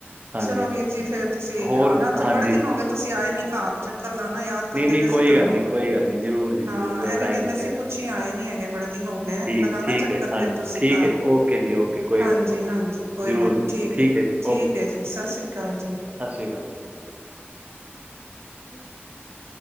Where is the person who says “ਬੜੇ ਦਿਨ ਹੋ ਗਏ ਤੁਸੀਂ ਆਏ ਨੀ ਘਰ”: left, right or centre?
Right